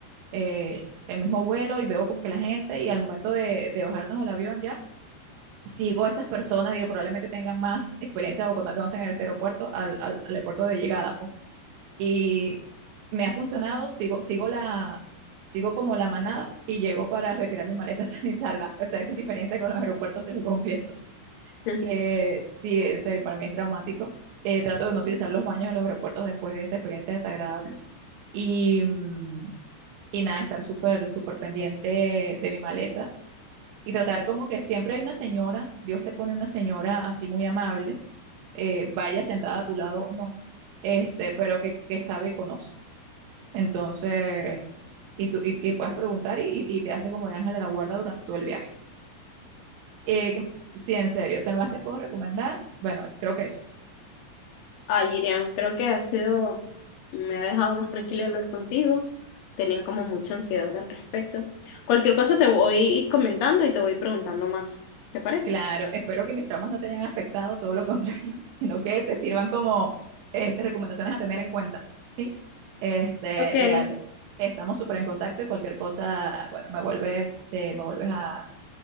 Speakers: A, on the right (about 75°); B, on the left (about 75°).
A: eh, el mismo vuelo y veo como que la gente y al momento de, de bajarnos del avión ya, sigo a esas personas, digo, probablemente tengan más experiencia o cuando conocen este aeropuerto al, al, al aeropuerto de llegada, pues. Y me ha funcionado, sigo, sigo la, sigo como la manada y llego para retirar mi maleta <laughs> sana y salva. O sea, esa es mi experiencia con los aeropuertos, te lo confieso.
B: <laughs>
A: Eh, sí, es, eh, para mí es traumático. Eh, trato de no utilizar los baños de los aeropuertos después de esa experiencia desagradable. Y, mm, y nada, estar súper, súper pendiente de mi maleta y tratar como que siempre hay una señora, Dios te pone una señora así muy amable, eh, vaya sentada a tu lado o no, este, pero que, que sabe y conoce. Entonces, y tú y, y puedes preguntar y, y- y te hace como de ángel de la guarda durante todo el viaje. Eh, que- sí, en serio, ¿temas te puedo recomendar? Bueno, eso, creo que eso.
B: Ah, Irian, creo que ha sido, me ha dejado más tranquila hablar contigo. Tenía como mucha ansiedad al respecto. Cualquier cosa te voy comentando y te voy preguntando más. ¿Te parece?
A: Claro, espero que mis traumas no te hayan afectado, todo lo contrario, <laughs> sino que te sirvan como este, recomendaciones a tener en cuenta, ¿sí? Este,
B: Ok,
A: y dale, estamos súper en contacto y cualquier cosa, bueno, me vuelves, eh, me vuelves a